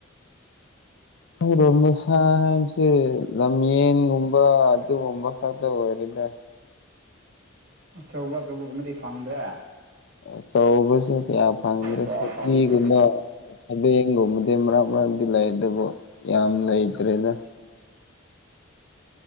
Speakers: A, on the left; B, on the right.
A: ꯈꯪꯗꯦꯅꯦ ꯁꯥ ꯍꯥꯏꯁꯤ ꯂꯝꯌꯦꯟꯒꯨꯝꯕ ꯑꯗꯨꯒꯨꯝꯕ ꯈꯛꯇ ꯑꯣꯏꯔꯦꯅꯦ
B: ꯑꯆꯧꯕ ꯑꯆꯧꯕꯒꯨꯝꯕꯗꯤ ꯐꯪꯗ꯭ꯔꯦ
A: ꯑꯆꯧꯁꯦ ꯀꯌꯥ ꯐꯪꯗ꯭ꯔꯦ
B: ꯀꯌꯥ
A: ꯁꯖꯤꯒꯨꯝꯕ
B: ꯐꯪꯗ꯭ꯔꯦ
A: ꯍꯃꯦꯡꯒꯨꯝꯕꯗꯤ ꯃꯔꯛ ꯃꯔꯛꯗꯤ ꯂꯩ ꯑꯗꯨꯕꯨ ꯌꯥꯝ ꯂꯩꯇ꯭ꯔꯦꯗ